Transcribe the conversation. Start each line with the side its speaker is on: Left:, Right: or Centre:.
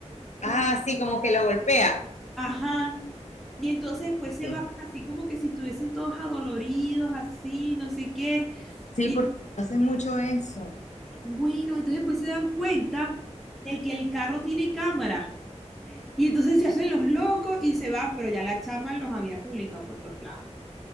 Centre: Como-
Left: Ah, sí, como que lo golpea.
Centre: ajá. Y entonces después se
Left: Sí.
Centre: bajan así como que si estuviesen todos adoloridos, así, no sé qué.
Left: Sí,
Centre: Y
Left: porque hacen mucho eso.
Centre: bueno, entonces después se dan cuenta de que el carro tiene cámara. Y entonces se hacen los locos y se van, pero ya la chama los había publicado por todos lados,